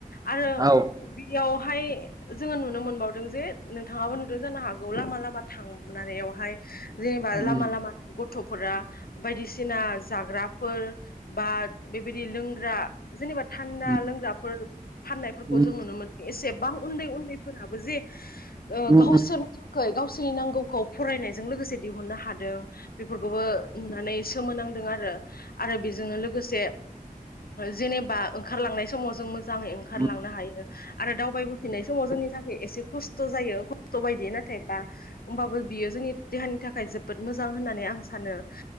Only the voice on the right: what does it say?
औ
उम
उम
उम
उम
उम